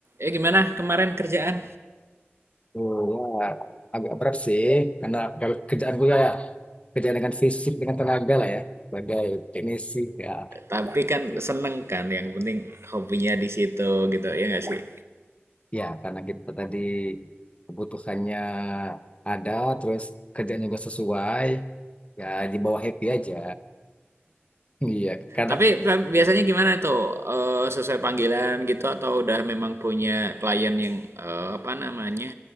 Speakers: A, on the right (about 80°); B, on the left (about 30°).
A: Eh gimana kemarin kerjaan?
B: oh ya, agak berat sih karena kalau kerjaan gue ya kerjaan dengan fisik dengan tenaga lah ya sebagai teknisi ya
A: Tapi
B: gitu.
A: kan seneng kan yang penting hobinya di situ gitu ya nggak sih?
B: Ya karena kita tadi kebutuhannya ada terus kerjaan juga sesuai ya di bawah happy aja. Iya karena
A: Tapi ta- biasanya gimana tuh Eh, sesuai panggilan gitu atau udah memang punya klien yang eh, apa namanya